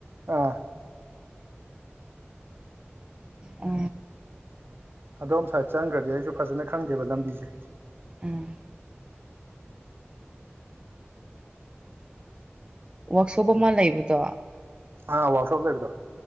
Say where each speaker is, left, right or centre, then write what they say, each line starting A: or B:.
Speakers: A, on the right (about 60°); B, on the right (about 20°).
A: ꯑꯥ
B: ꯑ
A: ꯑꯗꯣꯝ ꯁ꯭ꯋꯥꯏꯗ ꯆꯪꯈ꯭ꯔꯗꯤ ꯑꯩꯁꯨ ꯐꯖꯅ ꯈꯪꯗꯦꯕ ꯂꯝꯕꯤꯁꯦ
B: ꯑꯥ ꯋꯥꯛꯁꯣꯞ ꯑꯃ ꯂꯩꯕꯗꯣ
A: ꯑꯥ ꯋꯥꯛꯁꯣꯞ ꯂꯩꯕꯗꯣ